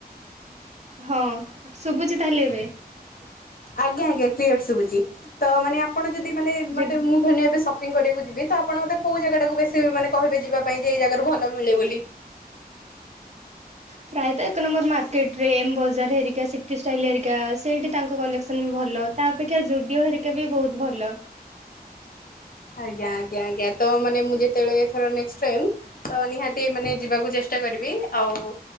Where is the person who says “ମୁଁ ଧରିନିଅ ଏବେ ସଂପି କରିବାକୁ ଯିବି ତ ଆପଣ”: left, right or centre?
Left